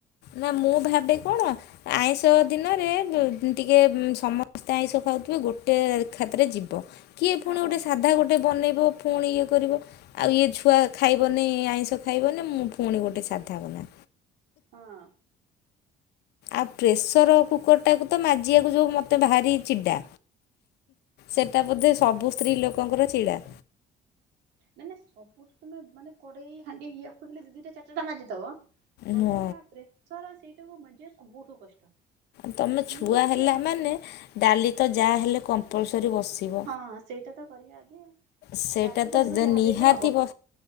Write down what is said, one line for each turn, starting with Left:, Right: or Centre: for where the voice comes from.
Left: ନା, ମୁଁ ଭାବେ କଣ ଆଇଁଷ ଦିନରେ ଟିକେ ସମସ୍ତେ ଆଇଁଷ ଖାଉଥିବେ ଗୋଟେ ଖାତରେ ଯିବ। କିଏ ପୁଣି
Right: ହଁ
Left: ଗୋଟେ ସାଧା ଗୋଟେ ବନେଇବ, ପୁଣି ଇଏ କରିବ ଆଉ ଇଏ ଛୁଆ ଖାଇବନି ଆଇଁଷ ଖାଇବନି ମୁଁ ଫୁଣି ଗୋଟେ ସାଧା ବନା।
Right: ହଁ।
Left: ଆଉ ପ୍ରେସର କୁକରଟାକୁ ତ ମାଜିବାକୁ ଯଉ ମୋତେ ଭାରି ଚିଡ଼ା ସେଟା ବୋଧେ ସବୁ ସ୍ତ୍ରୀ ଲୋକଙ୍କର ଚିଡା।
Right: ନାଇଁ ନାଇଁ ସବୁଠୁ ନୁହେ, ମାନେ କଡେଇ ହାଣ୍ଡି ଇଆକୁ ହେଲେ ଦି ଦିଟା ଚାର ଚାରିଟା ମାଜିଦବ ଗୋଟେ
Left: ହଁ।
Right: ହେଲା ପ୍ରେସର ସେଇଟାକୁ ମାଜିବାକୁ ସବୁଠୁ କଷ୍ଟ।
Left: ତମେ ଛୁଆ
Right: ମୁଁ ତ
Left: ହେଲା
Right: ସେଇଆ ଭାବେ
Left: ମାନେ ଡାଲି ତ ଯାହା ହେଲେ କମ୍ପଲସରୀ ବସିବ।
Right: ହଁ, ସେଇଟା ତ କରିବା ଆଗେ।
Left: ସେଇଟା
Right: ଡାଲି
Left: ତ
Right: ଡାଲମା ଯାହାବି
Left: ନିହାତି
Right: ହେଲେ ହବ
Left: ବ